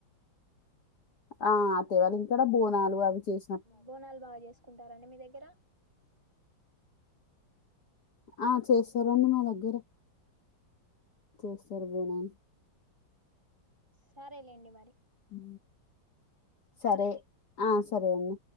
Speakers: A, on the left (about 55°); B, on the right (about 25°).
A: ఆ అత్తయ్య వాళ్ళ ఇంటికాడ బోనాలు అవి చేస
B: బోనాలు బాగా చేసుకుంటారండి మీ దగ్గర
A: ఆ చేస్తారండి మా దగ్గర చేస్తారు బోనాలు
B: సరేలేండి మరి
A: అ సరే ఆ సరే అండి